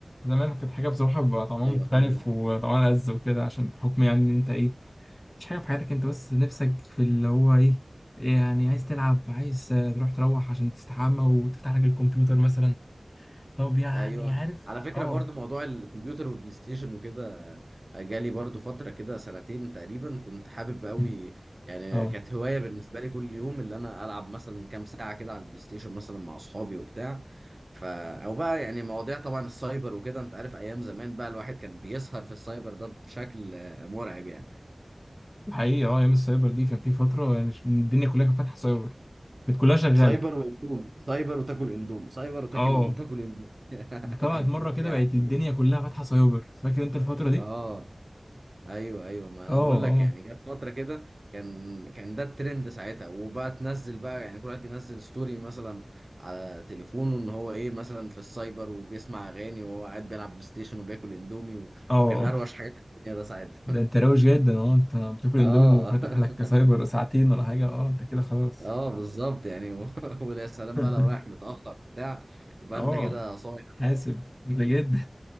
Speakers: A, on the left; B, on the right.
A: زمان كانت حاجة بصراحة بيبقى طعمها
B: ايوه
A: مختلف
B: فاهم قصدك
A: وطعمها لذ وكده عشان بحكم يعني ان انت ايه مش حاجة في حياتك انت بس نفسك في اللي هو ايه يعني عايز تلعب عايز آه، تروح تروح عشان تستحمى وتفتح لك الكمبيوتر مثلا طب يعني
B: ايوه
A: عارف
B: على فكره
A: اه
B: برضو موضوع الكمبيوتر والبلاي ستيشن وكده جالي برضو فتره كده سنتين تقريبا كنت حابب قوي
A: <laughs>
B: يعني
A: اه
B: كانت هوايه بالنسبه لي كل يوم اللي انا العب مثلا كام ساعه كده على البلاي ستيشن مثلا مع اصحابي وبتاع ف او بقى يعني مواضيع طبعا السايبر وكده انت عارف ايام زمان بقى الواحد كان بيسهر في السايبر ده بشكل آه، مرعب يعني
A: حقيقي اه ايام السايبر دي كان في فترة يعني ش- الدنيا كلها كانت فاتحة سايبر كانت كلها شغالة
B: سايبر واندومي سايبر وتاكل اندومي سايبر وتاكل
A: اه
B: تاكل اندومي <laughs>
A: طلعت مرة كده
B: يعني
A: بقت الدنيا كلها فاتحة سايبر فاكر انت الفترة دي؟
B: اه ايوه ايوه ما انا
A: اه
B: بقول لك
A: اه
B: يعني جت فتره كده كان كان ده الترند ساعتها وبقى تنزل بقى يعني كل واحد ينزل ستوري مثلا على تليفونه ان هو ايه مثلا في السايبر وبيسمع اغاني وهو قاعد بيلعب بلاي ستيشن وبياكل اندومي و...
A: اه آه.
B: وكان اروش حاجه في الدنيا ده ساعتها
A: ده انت روش جدا اه انت بتاكل
B: <laughs> اه
A: اندومي وفاتح لك سايبر
B: <laughs>
A: ساعتين ولا حاجة اه انت كده خلاص
B: اه بالظبط يعني و... <laughs> ويا سلام
A: <laughs>
B: بقى لو رايح متاخر بتاع تبقى
A: اه
B: انت كده صايع
A: حاسب بجد